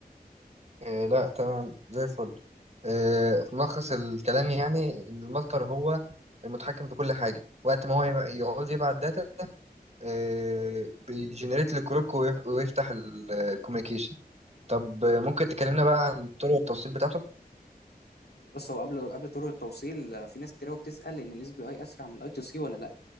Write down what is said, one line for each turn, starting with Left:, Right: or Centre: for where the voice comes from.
Right: آه، لا تمام زي الفل آه، في ملخص الكلام يعني ان الماستر هو المتحكم في كل حاجة وقت ما هو يبع- يعوز يبعت داتا آه، بيجنريت الكروك ويف- ويفتح الكوميونيكيشن طب ممكن تكلمنا بقى عن طرق التوصيل بتاعته
Left: بص هو قبل قبل طرق التوصيل آه، في ناس كتير قوي بتسال ان الاس بي اي اسرع من الاي تو سي ولا لا